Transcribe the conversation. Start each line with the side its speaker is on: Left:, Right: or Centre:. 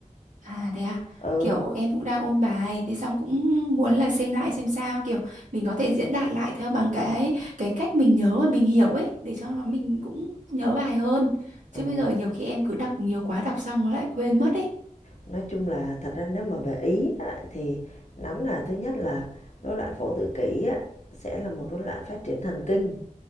Right: À thế à,
Left: Ừ.
Right: kiểu em cũng đang ôn bài, thế xong cũng muốn là xem lại xem sao, kiểu mình có thể diễn đạt lại theo bằng cái cái cách mình nhớ và mình hiểu ấy, để cho nó mình cũng nhớ bài hơn. Chứ
Left: Ừ.
Right: bây giờ nhiều khi em cứ đọc nhiều quá, đọc xong nó lại quên mất ấy.
Left: Nói chung là thật ra nếu mà về Ý á, thì nắm là thứ nhất là rối loạn phổ tự kỷ á, sẽ là một rối loạn phát triển thần kinh.